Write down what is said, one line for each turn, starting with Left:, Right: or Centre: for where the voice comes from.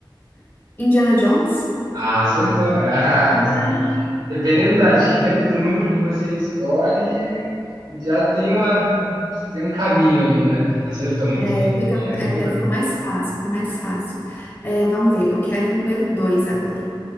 Left: Indiana Jones?
Right: Ah, acertou. <laughs> Ah,
Left: Ah,
Right: isso Dependendo da dica ali, do número que você escolhe, já tem uma, tem um caminho ali, né? Acertou muito
Left: é,
Right: bem.
Left: fica,
Right: Já não
Left: é, ficou mais fácil, ficou mais fácil. É, vamos ver, eu quero o número dois agora.